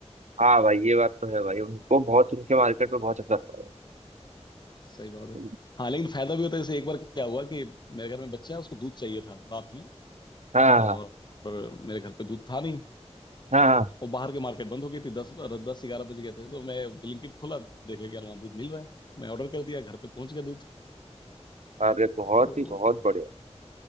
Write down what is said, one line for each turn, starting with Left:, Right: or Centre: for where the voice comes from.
Right: हाँ भाई ये बात तो है भाई उनको बहुत उनके
Left: तो
Right: मार्केट में बहुत असर
Left: हाँ
Right: पड़ा
Left: सही बात है
Right: है
Left: हाँ लेकिन फायदा भी होता है जैसे एक बार क्या हुआ कि मेरे घर में बच्चा है उसको दूध चाहिए था रात में
Right: हाँ
Left: और
Right: हाँ
Left: मेरे घर पे दूध था नहीं
Right: हाँ हाँ।
Left: और बाहर के मार्केट बंद हो गई थी दस दस ग्यारह बज गए थे तो मैं ब्लिंकिट खोला देखा कि यार वहाँ दूध मिल रहा है मैं ऑर्डर कर दिया घर पे पहुंच गया दूध
Right: अरे बहुत
Left: तो
Right: ही बहुत बढ़िया